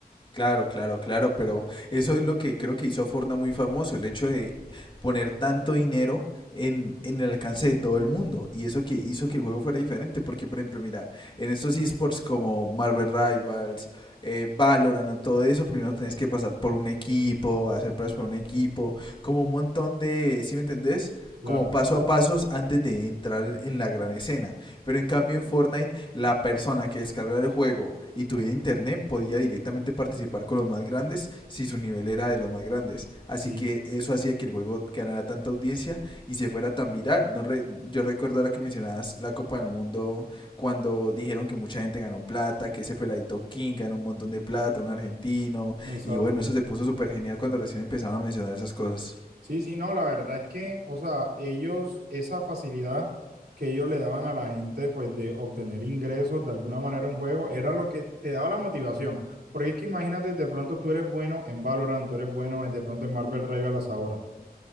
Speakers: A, on the left (about 30°); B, on the right (about 85°).
A: Claro, claro, claro, pero eso es lo que creo que hizo a Fortnite muy famoso, el hecho de poner tanto dinero en, en el alcance de todo el mundo. Y eso que hizo que el juego fuera diferente, porque por ejemplo, mira, en estos esports como Marvel Rivals, eh, Valorant o todo eso, primero tenés que pasar por un equipo, hacer pruebas por un equipo, como un montón de, ¿sí me entendés?
B: claro,
A: Como paso a pasos antes de entrar en la gran escena. Pero en cambio en Fortnite la persona que descargara el juego y tuviera internet podía directamente participar con los más grandes si su nivel era de los más grandes. Así
B: sí,
A: que eso hacía que el juego ganara tanta audiencia y se fuera tan viral. No re- yo recuerdo ahora que mencionabas la Copa del Mundo cuando dijeron que mucha gente ganó plata, que ese peladito King ganó un montón de plata, un argentino.
B: exacto.
A: Y bueno, eso se puso súper genial cuando recién empezaron a mencionar esas cosas.
B: Sí, sí, no, la verdad es que, o sea, ellos, esa facilidad que ellos le daban a la gente, pues, de obtener ingresos de alguna manera un juego, era lo que te daba la motivación. Porque es que imagínate, de pronto tú eres bueno en Valorant, tú eres bueno en- de pronto en Marvel Rivals ahora